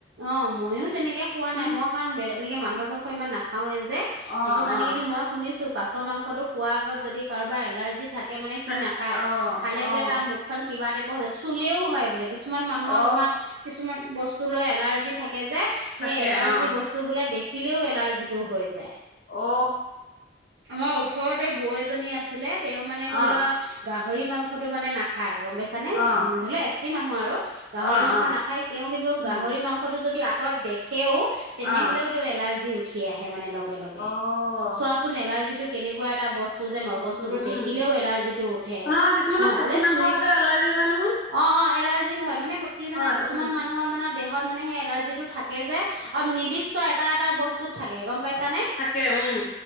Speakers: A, on the right; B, on the left.
A: অ' ময়ো তেনেকে খোৱা
B: উম
A: নাই মই কাৰণ এনেকে মাংস চাংস ইমান নাখাওে।
B: অ
A: সেইটো কাৰণে
B: অ
A: কিন্তু মই শুনিছো কাছ মাংসতো খোৱা আগত যদি কাৰোবাৰ এলাৰ্জি থাক কে মানে সি
B: থাক
A: নাখায়
B: অ
A: খালে বোলে
B: অ
A: তাৰ মুখখন কিবা টাইপৰ হয় চুলেও হয় বোলে কি কিছুমান মানুহৰ
B: অ
A: তোমাৰ কিছুমান বস্তু লৈ এলাৰ্জি থাকে। তাকে যে সেই
B: থাকে
A: এলাৰ্জি
B: অ
A: বস্তু বোলে দেখিলেও এলাৰ্জি টো হৈ যায়।
B: অ
A: আমাৰ ওচৰতে বৌ এজনী আছিলে তেওঁ মানে
B: অ
A: ধৰি লোৱা গাহৰি গাহৰি মাংসটো মানে নাখায় গম পাইছান নে
B: অ
A: ধৰি লও এছ টি মানুহ আৰু। গাহৰি
B: অ
A: মাংস
B: অ
A: নাখায় তেওঁ কিন্তু
B: উম
A: গাহৰি মাংসটো যদি আঁতৰত দেখে সেও তেনেহ'লেও
B: অ
A: তেওঁ এলাৰ্জি উঠি আহে মানে। লগে লগে
B: অ'
A: চোৱাচোন এলাৰ্জি টো কেনেকুৱা এটা বস্তু যে মই
B: বস্তু
A: বস্তুটো
B: উম
A: দেখিলেও এলাৰ্জিটো উঠে
B: নহয় কিছুমানৰ
A: ন
B: খাচী
A: বোলে
B: মাংস
A: চুইচ।
B: খালে এলাৰ্জি হয় নহয়
A: অ অ এলাৰ্জি হয় মানে কি
B: হয়
A: জানা কিছুমান
B: উম
A: মানুহৰ মানে দেহত মানে সেই এলাৰ্জিটো থাকে থাকে যে আৰু নিৰ্দিষ্ট এটা এটা বস্তুত থাকে গম পাইছা নে।
B: থাকে উম